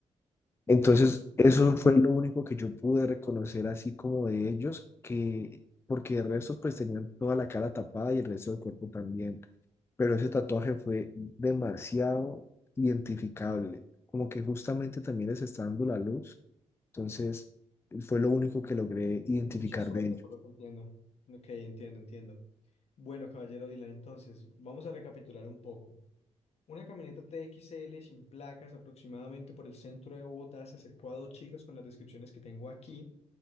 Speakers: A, on the left; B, on the left.
A: Entonces, eso fue lo único que yo pude reconocer así como de ellos, que porque el resto pues tenían toda la cara tapada y el resto del cuerpo también, pero ese tatuaje fue demasiado identificable, como que justamente también les está dando la luz, entonces fue lo único que logré identificar
B: Mucha suerte,
A: de ellos.
B: por lo que entiendo. Ok, entiendo, entiendo. Bueno, caballero Dylan, entonces, vamos a recapitular un poco. Una camioneta T X L sin placas aproximadamente por el centro de Bogotá se acercó a dos chicas con las descripciones que tengo aquí